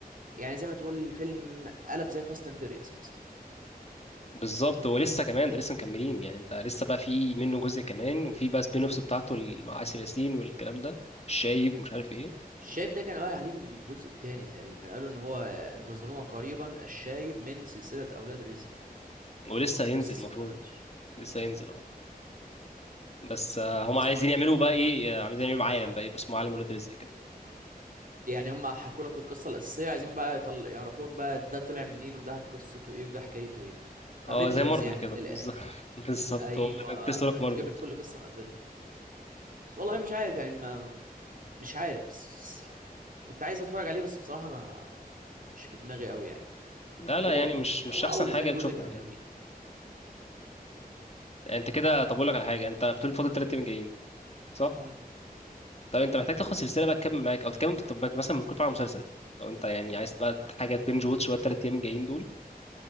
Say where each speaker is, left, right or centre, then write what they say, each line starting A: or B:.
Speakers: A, on the right (about 60°); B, on the left (about 40°).
A: يعني زي ما تقول الفيلم قلب زي فاست اند فيريوس مثلا
B: بالظبط هو لسه كمان ده لسه مكملين يعني انت لسه بقى في منه جزء كمان وفي بقى سبين اوفس بتاعته ال- مع آسر ياسين والكلام ده الشايب ومش عارف ايه
A: الشايب ده كان قال عليه من الجزء التاني تقريبا كان قالوا ان هو انتظرونا قريبا الشايب من سلسلة اولاد رزق
B: ولسه هينزل
A: بس لسه
B: المفروض
A: ما اتعملش
B: لسه هينزل اه بس آه،
A: بس
B: هم عايزين يعملوا بقى ايه آه، عايزين يعملوا عالم بقى يبقى اسمه عالم ولاد رزق كده
A: يعني هم حكوا لك القصة الأساسية عايزين بقى يطل... يعرفوك بقى ده طلع منين وده قصته ايه وده حكايته ايه
B: اه
A: افنجرز
B: زي مارفل
A: يعني
B: كده
A: من
B: <laughs>
A: الآخر
B: بالظبط بالظبط
A: ايوه
B: هو انا كنت لسه هقولك مارفل
A: تجيب لك كل قصة من افنجرز بس والله مش عارف يعني ما... مش عارف بس كنت عايز اتفرج عليه بس بصراحة ما مش في دماغي قوي يعني
B: لا لا
A: هو
B: يعني
A: كنت
B: مش مش
A: هو
B: احسن
A: اول
B: حاجه
A: وتاني جزء
B: نشوفها
A: كانوا
B: يعني
A: حلوين
B: انت كده طب اقول لك على حاجه انت بتقول فاضل ثلاث ايام جايين صح
A: امم
B: طب انت محتاج تاخد سلسله بقى تكمل معاك او تكمل طب ما- مثلا ممكن تتفرج على مسلسل لو انت يعني عايز بقى حاجه بنج واتش بقى الثلاث ايام الجايين دول